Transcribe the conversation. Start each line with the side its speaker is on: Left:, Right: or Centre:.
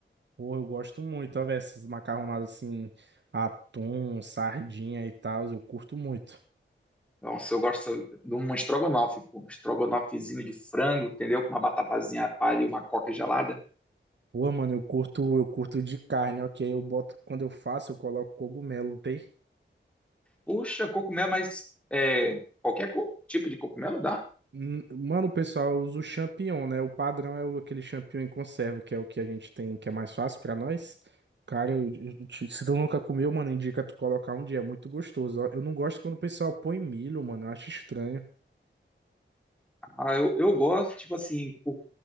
Right: Pô, eu gosto muito, ó, velho, essas macarronadas assim, atum, sardinha e tal, eu curto muito.
Centre: Nossa, eu gosto de um estrogonofe, pô. Um estrogonofezinho de frango, entendeu? Com uma batapazinha palha e uma coca gelada.
Right: Pô, mano, eu curto, eu curto de carne, ok? Eu boto, quando eu faço, eu coloco cogumelo, não tem?
Centre: Puxa, cogumelo, mas é, qualquer co- tipo de cogumelo dá.
Right: Hum, Mano, pessoal, eu uso o champignon, né? O padrão é o- aquele champignon em conserva, que é o que a gente tem, que é mais fácil pra nós. Cara, eu- eu te- se tu nunca comeu, mano, indica tu colocar um dia, é muito gostoso. ó. Eu não gosto quando o pessoal põe milho, mano, eu acho estranho.
Centre: Ah, eu, eu gosto, tipo assim, o